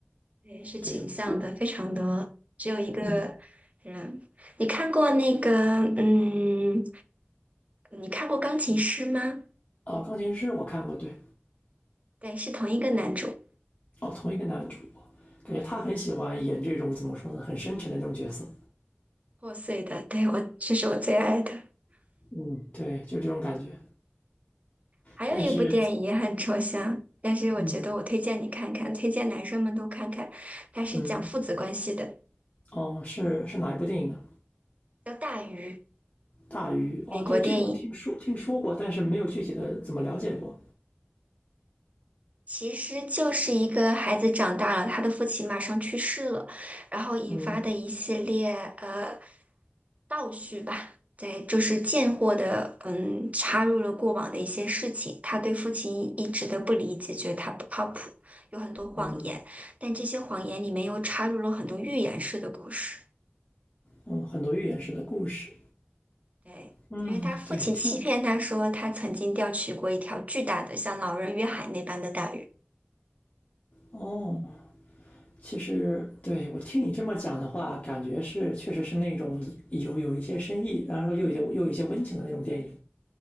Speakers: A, on the right; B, on the left.
A: 对，是倾向的，
B: 对我，
A: 非常的只有一个人。
B: 嗯，
A: 你看过那个，嗯，你看过钢琴师吗？
B: 哦，钢琴师我看过，对，
A: 对，是同一个男主。
B: 哦，同一个男主，感觉他很喜欢演这种怎么说呢，很深沉的那种角色。
A: 破碎的，对，我，这是我最爱的。
B: 嗯，对，就这种感觉。
A: 还有一部电影也很抽象，
B: 但是，
A: 但是我觉得我推荐你看看，
B: 嗯
A: 推荐男生们都看看。它是讲父子关系的，
B: 嗯，哦，是是哪一部电影呢？
A: 叫《大鱼》，
B: 大鱼哦，
A: 美国电影。
B: 对，这个我听说听说过，但是没有具体的怎么了解过。
A: 其实就是一个孩子长大了，他的父亲马上去世了，然后引发的一系列呃
B: 嗯
A: 倒叙吧，对，就是贱货的嗯插入了过往的一些事情，他对父亲一直的不理解，觉得他不靠谱，有很多谎言，
B: 嗯
A: 但这些谎言里面又插入了很多寓言式的故事，
B: 嗯，很多寓言式的故事。
A: 对。
B: 嗯，
A: 因为他父亲欺骗他说，
B: 对，听
A: 他曾经钓取过一条巨大的，像老人与海那般的大鱼。
B: 哦，其实对我听你这么讲的话，感觉是确实是那种有有一些深意，然后又有又有一些温情的那种电影。